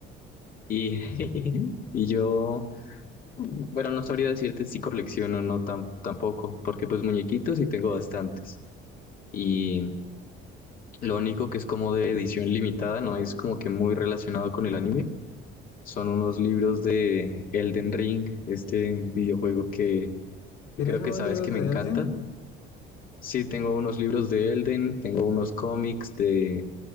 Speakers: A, on the left (about 45°); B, on the left (about 85°).
A: Y, <laughs> y yo, bueno, no sabría decirte si colecciono o no tam- tampoco, porque pues muñequitos sí tengo bastantes. Y lo único que es como de edición limitada, no es como que muy relacionado con el anime, son unos libros de Elden Ring, este videojuego que, que
B: ¿Tienes
A: creo
B: unos
A: que sabes
B: libros
A: que me
B: de
A: encanta.
B: Elden?
A: Sí, tengo unos libros de Elden, tengo unos cómics de